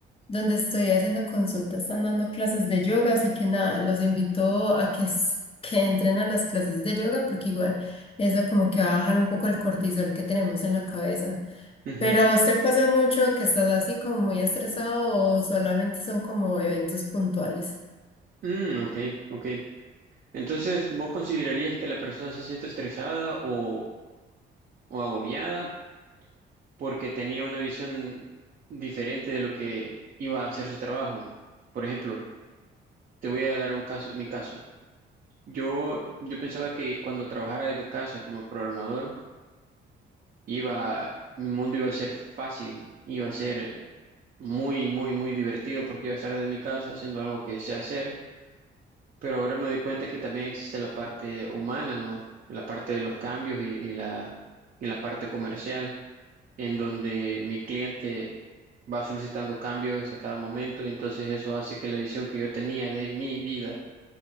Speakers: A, on the left (about 30°); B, on the right (about 45°).
A: donde estoy haciendo consultas, están dando clases de yoga, así que nada, los invito a que, s- que entren a las clases de yoga porque igual eso como que va a bajar un poco el cortisol que tenemos en la cabeza.
B: ujú.
A: Pero a usted pasa mucho que estás así como muy estresado o solamente son como eventos puntuales.
B: Mm, ok, ok. Entonces, ¿vos considerarías que la persona se siente estresada o, o agobiada porque tenía una visión diferente de lo que iba a hacer su trabajo? Por ejemplo, Te voy a dar un caso, mi caso. Yo, yo pensaba que cuando trabajara desde casa como programador, iba, mi mundo iba a ser fácil, iba a ser muy, muy, muy divertido porque iba a estar desde mi casa haciendo algo que sé hacer, pero ahora me doy cuenta que también existe la parte humana, ¿no? La parte de los cambios y, y la, y la parte comercial, en donde mi cliente va solicitando cambios a cada momento y entonces eso hace que la visión que yo tenía de mi vida